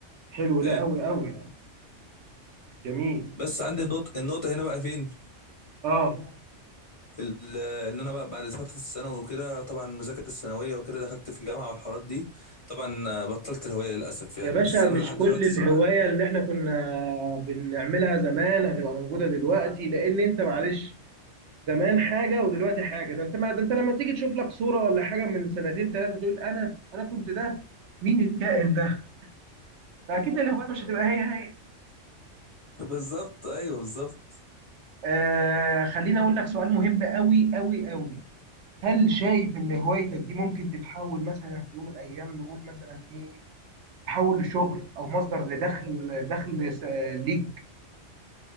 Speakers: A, on the right; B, on the left.
A: حلو
B: فاهم
A: ده قوي قوي جميل
B: بس عندي النقطه النقطه هنا بقى فين
A: اه
B: ال- ان انا بقى بعد فتره الثانوي وكده طبعا المذاكره الثانويه وكده دخلت في جامعه والحوارات دي طبعا آه، بطلت الهوايه للاسف يعني
A: يا باشا
B: بس انا
A: مش
B: لحد دلوقتي
A: كل الهواية
B: صراحه
A: اللي احنا كنا بنعملها زمان هتبقى موجودة دلوقتي لان انت معلش زمان حاجة ودلوقتي حاجة ده انت ما ده انت لما تيجي تشوف لك صورة ولا حاجة من سنتين ثلاثة تقول انا انا كنت ده مين الكائن ده فاكيد الهواية مش هتبقى هي هي
B: <laughs> بالظبط ايوه بالظبط
A: آه خليني اقول لك سؤال مهم قوي قوي قوي هل شايف ان هوايتك دي ممكن تتحول مثلا في يوم من الايام نقول مثلا ايه تحول لشغل او مصدر لدخل دخل س- ليك